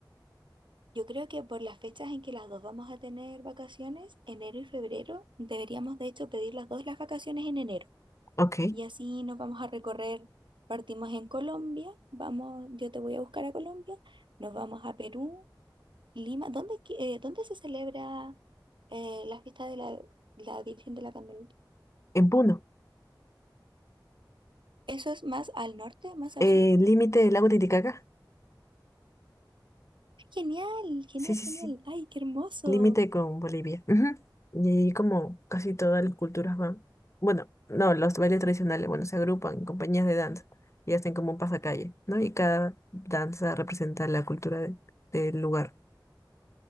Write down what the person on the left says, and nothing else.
Ok,
en Puno.
Eh,
límite del lago Titicaca.
Sí, sí,
sí.
Límite con Bolivia. Ujú. Y ahí como casi todas las culturas van. Bueno, no, los bailes tradicionales, bueno, se agrupan en compañías de danza y hacen como un pasacalle, ¿no? Y cada danza representa la cultura de- del lugar.